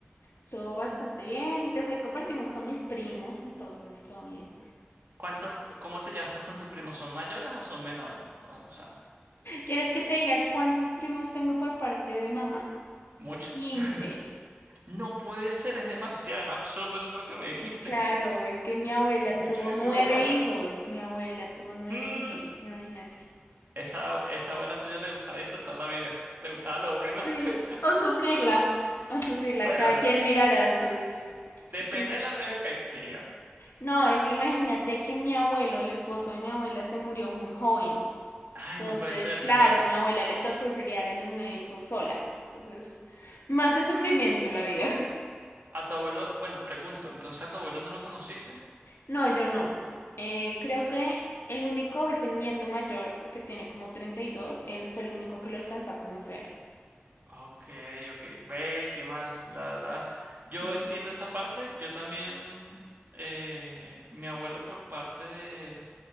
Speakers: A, on the left; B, on the right.
A: Estuvo bastante bien, empecé y compartimos con mis primos, entonces todo bien.
B: ¿Cuántos, cómo te llevas tú con tu primo? ¿Son mayores o son menores? O sea,
A: ¿Quieres que te diga cuántos primos tengo por parte de mamá?
B: ¿muchos?
A: 15.
B: <laughs> No puede ser, es demasiado, es absurdo el número que me dijiste.
A: Claro,
B: <laughs>
A: es que mi abuela
B: Es muchísimo.
A: tuvo nueve
B: <laughs>
A: hijos, mi abuela tuvo nueve
B: Mm,
A: hijos, imagínate.
B: esa, esa abuela tuya le gustaba disfrutar la vida, le gustaba lo bueno.
A: Sí.
B: <laughs>
A: O sufrirla, o sufrirla,
B: Bueno,
A: cada quien mirará sus,
B: depende
A: sus...
B: de la perspectiva.
A: No, es que imagínate que mi abuelo, el esposo de mi abuela, se murió muy joven.
B: Ay,
A: Entonces,
B: no puede ser,
A: claro,
B: qué mal.
A: a mi abuela le tocó criar a los nueve hijos sola. Entonces, más de sufrimiento la vida. <laughs>
B: A tu abuelo, bueno, pregunto, ¿entonces a tu abuelo no lo conociste?
A: No, yo no. Eh, creo que el único es el nieto mayor, que tiene como 32. Él fue el único que lo alcanzó a conocer.
B: Ok, ok. Ve, qué mal, la verdad. Yo
A: Sí.
B: entiendo esa parte. Yo también, eh, mi abuelo por parte de